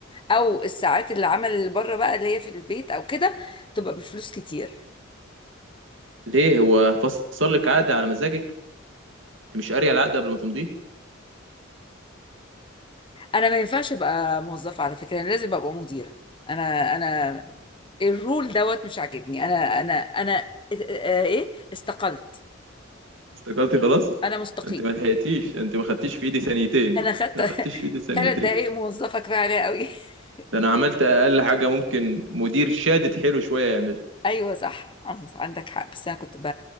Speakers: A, on the left; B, on the right.
A: او الساعات اللي عمل بره بقى اللي هي في البيت او كده تبقى بفلوس كتير
B: ليه هو فصل لك عقد على مزاجك انت مش قاريه العقد قبل ما تمضيه
A: انا ما ينفعش ابقى موظفه على فكره انا لازم ابقى مديره انا انا الرول دوت مش عاجبني انا انا انا آه، ايه إيه؟ استقلت
B: استقالتي خلاص
A: انا مستقيل
B: انت ما لحقتيش انت ما خدتيش في ايدي ثانيتين
A: انا خدت
B: ما خدتيش
A: <laughs>
B: في ايدي ثانيتين
A: ثلاث دقايق موظفه كفايه عليا قوي <laughs>
B: ده انا عملت اقل حاجه ممكن مدير شادد حلو شويه يعمل
A: ايوه صح عندك حق بس انا كنت ب...